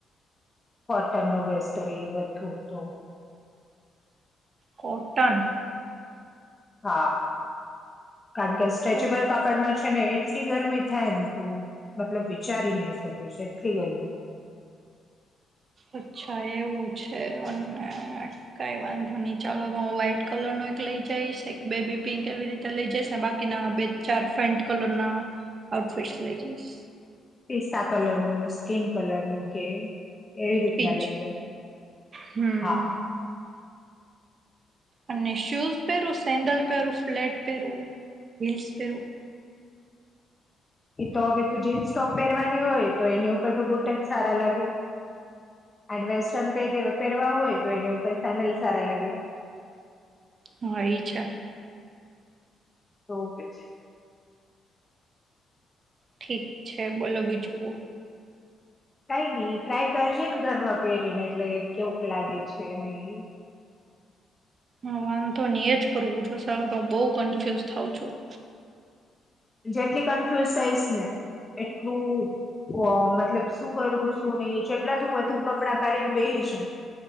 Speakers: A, on the left (about 20°); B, on the right (about 45°).
A: કોટનનું <unintelligible> બધું તો
B: કોટન
A: હા કારણ કે સ્ટ્રેચેબલ
B: ઓ,
A: કાપડમાં છે ને એટલી ગરમી થાય ને તું મતલબ વિચારી નહી શકીશ એટલી ગરમી
B: અચ્છા એવું છે અને કઈ વાંધો ચાલો તો હું વ્હાઈટ કલર નો એક લઈ જઈશ એક બેબી પિંક એવી રીતે લઈ જઈશ ને બાકીના બે ચાર ફેન્ટ કલર ના આઉટફિટ લઈ જઈશ
A: પિસ્તા કલર નું સ્કીિન કલર ન કે એવી રીતના
B: પીચ
A: લઈ જજું
B: હમ
A: હા
B: અને શૂઝ પહેરું સેન્ડલ પહેરું ફ્લેટ પહેરવું હીલ્સ પહેરવું
A: એ તો હવે તું જીન્સ ટોપ પહેરવાની હોય તો એની ઉપર તો બુટ જ સારા લાગે અનેડ વેસ્ટર્ન પ પહેરવા હોય તો એની ઉપર સેન્ડલ સારા લાગે
B: હા એ છે
A: તો પછી
B: ઠીક છે બોલો બીજું
A: કઈ નઈ ટ્રાય કરજે ને ઘરમાં પહેરીને એટલે કેવક લાગે છે નહી
B: હ વાંધો નહી એ જ કરુર તો બહુ કન્ફ્યુઝ થઉં છું
A: જેટલી કન્ફ્યુઝ થઈશ ને એટલું મતલબ શું કરું શું નહીિ જેટલા તું વધુ કપડાં કાઢીને બેહીશ ને